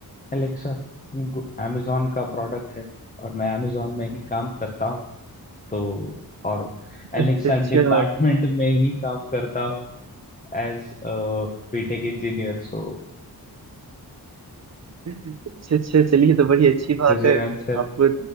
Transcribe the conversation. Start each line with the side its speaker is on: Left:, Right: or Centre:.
Left: अलेक्सा अमेजोन का प्रोडक्ट है और मैं अमेजोन में ही काम करता हूँ तो और एलेक्सा
Right: अच्छा अच्छा
Left: डिपार्टमेंट में ही काम करता हूँ as BTech engineer So
Right: अच्छा अच्छा चलिए तो बड़ी अच्छी बात
Left: is your
Right: है
Left: answer
Right: आपको